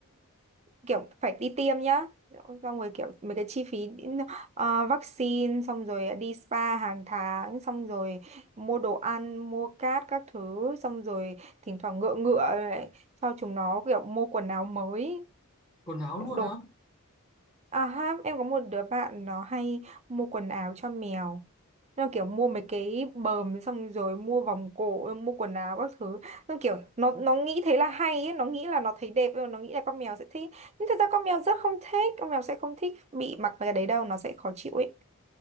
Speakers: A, on the right; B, on the left.
A: kiểu phải đi tiêm nhá xong rồi kiểu mấy cái chi phí ờ, vaccine xong rồi đi spa hàng tháng xong rồi mua đồ ăn mua cát các thứ xong rồi thỉnh thoảng ngựa ngựa lại cho chúng nó kiểu mua quần áo mới
B: quần áo luôn
A: đồ
B: á
A: À ha, em có một đứa bạn nó hay mua quần áo cho mèo. Nó kiểu mua mấy cái bờm xong rồi mua vòng cổ, ờ, mua quần áo các thứ. Nó kiểu nó nó nghĩ thế là hay ấy, nó nghĩ là nó thấy đẹp nó nghĩ là con mèo sẽ thích. Nhưng thật ra con mèo rất không thích, con mèo sẽ không thích bị mặc mấy cái đấy đâu, nó sẽ khó chịu ấy.